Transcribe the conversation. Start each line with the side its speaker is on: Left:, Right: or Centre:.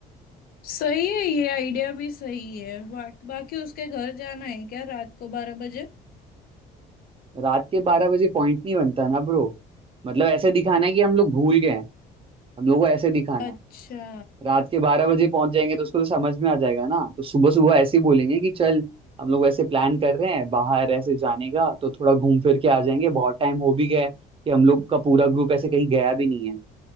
Left: सही है ये आइडिया भी सही है बा, बाकी उसके घर जाना है क्या रात को बारह बजे
Right: रात के बारह बजे पॉइंट नहीं बनता ना ब्रो मतलब ऐसे दिखाना है कि हम लोग भूल गए हैं हम लोग को ऐसे दिखाना
Left: अच्छा
Right: है रात के बारह बजे पहुंच जाएंगे तो उसको तो समझ में आ जाएगा ना तो सुबह सुबह ऐसे ही बोलेंगे कि चल हम लोग ऐसे प्लान कर रहे हैं बाहर ऐसे जाने का तो थोड़ा घूम फिर के आ जाएंगे बहुत टाइम हो भी गया है कि हम लोग का पूरा ग्रुप ऐसे कहीं गया भी नहीं है